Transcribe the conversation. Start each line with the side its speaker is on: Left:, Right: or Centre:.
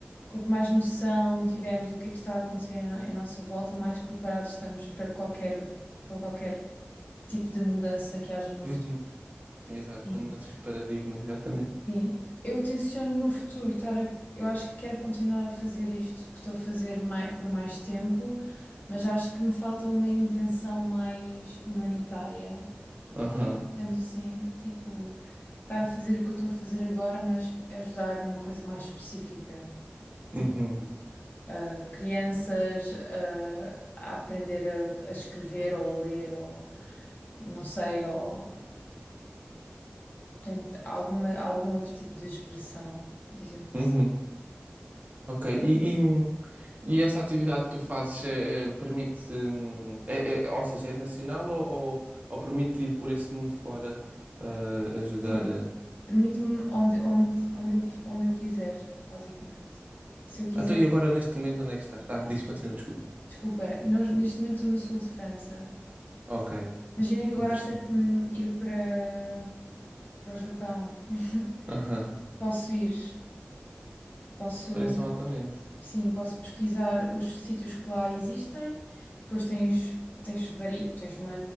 Left: quanto mais noção tivermos do que é que está a acontecer em em nossa volta, mais preparados estamos para qualquer, para qualquer tipo de mudança que haja no
Right: Uhum.
Left: futuro.
Right: Exato,
Left: Sim,
Right: para mudanças de paradigma, exatamente.
Left: sim. Eu tenciono no futuro estar a- Eu acho que quero continuar a fazer isto que estou a fazer mai- por mais tempo, mas acho que me falta uma intenção mais humanitária.
Right: Aham.
Left: Sendo assim, tipo, estar a fazer o que eu estou a fazer agora, mas ajudar numa coisa mais específica. Tipo,
Right: Uhum.
Left: a crianças a, a aprender a, a escrever ou a ler ou não sei, ou, Portanto, alguma, algum outro tipo de expressão, dizendo assim.
Right: Uhum. Ok. E, e, e essa atividade que tu fazes é, é, permite. hum, É, é- ou seja, é nacional ou, ou, ou permite ir por esse mundo fora ah, ajudar?
Left: Sim,
Right: eh,
Left: permite-me onde, onde, onde, eu, qui- onde eu quiser, basicamente. Se eu quiser,
Right: Ah, tu e agora neste momento onde é que estás? Ah, diz, continua, desculpa.
Left: desculpa, nós- neste momento estou no sul de França.
Right: Ok,
Left: Imagina que agora
Right: interessante.
Left: apetece-me ir para, para o Japão. <laughs>
Right: Aham,
Left: Posso ir, posso,
Right: Parece-me altamente.
Left: Sim, posso pesquisar os sítios que lá existem. Depois tens, tens, vari, tens uma,